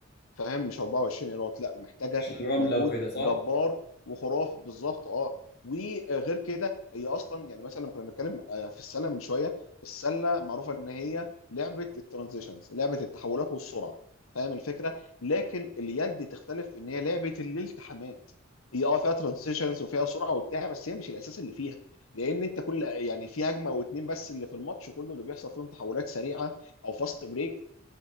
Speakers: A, on the left (about 80°); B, on the left (about 50°).
A: فاهم مش 24 ايراد لا محتاجه
B: عشان الرمله
A: مجهود
B: وكده صح
A: جبار وخرافي بالظبط اه وغير كده هي اصلا يعني مثلا لما كنا بنتكلم آه، في السله من شويه السله معروفه ان هي لعبه الترانزيشنز لعبه التحولات والسرعه فاهم الفكره لكن اليد تختلف في ان هي لعبه الالتحامات هي اه فيها ترانزيشنز وفيها سرعه وبتاع بس هي مش الاساس اللي فيها لان انت كل يعني في هجمه او اتنين بس اللي في الماتش كله اللي بيحصل فيهم تحولات سريعه او فاست بريك